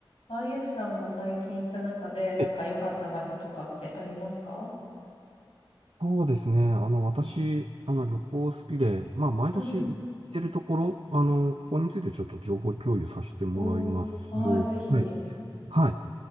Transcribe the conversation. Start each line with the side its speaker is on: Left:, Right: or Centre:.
Left: あゆさんが最近行った中で、なんか良かった場所とかってありますか
Right: はいそうですね。あの、私、あの、旅行好きで、まあ、毎年行ってるところ、
Left: うんうん。
Right: あの、ここについてちょっと情報共有させてもらいます。
Left: おー。はい、ぜひ。
Right: はい。はい。